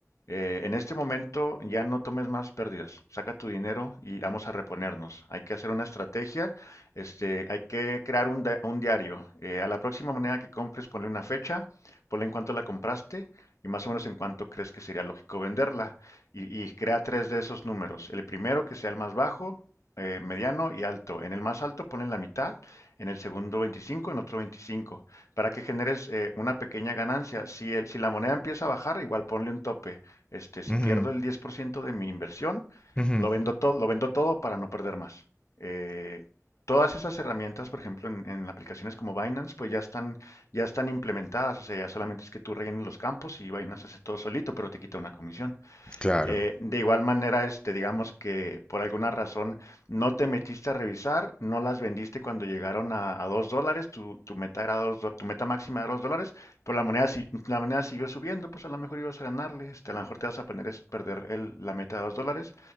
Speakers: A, on the left; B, on the left.
A: eh, en este momento ya no tomes más pérdidas, saca tu dinero y vamos a reponernos. Hay que hacer una estrategia, este, hay que crear un, da- un diario. Eh, a la próxima moneda que compres, ponle una fecha, ponle en cuánto la compraste y más o menos en cuánto crees que sería lógico venderla. Y, y crea tres de esos números. El primero que sea el más bajo, eh, mediano y alto. En el más alto ponle la mitad, en el segundo 25, en otro 25 para que generes eh, una pequeña ganancia. Si, el- si la moneda empieza a bajar, igual ponle un tope. Este, si
B: Ujú,
A: pierdo el 10% de mi inversión,
B: ujú.
A: lo vendo todo, lo vendo todo para no perder más. Eh, todas esas herramientas, por ejemplo, en, en aplicaciones como Binance, pues ya están, ya están implementadas. O sea, ya solamente es que tú rellenes los campos y Binance hace todo solito, pero te quita una comisión.
B: Claro.
A: Eh, de igual manera, este, digamos que por alguna razón no te metiste a revisar, no las vendiste cuando llegaron a, a 2 dólares, tu, tu meta era dos do- tu meta máxima era 2 dólares, pero la moneda, si- la moneda siguió subiendo, pues a lo mejor ibas a ganarle, este, a lo mejor te vas a poner es perder el- la meta de 2 dólares,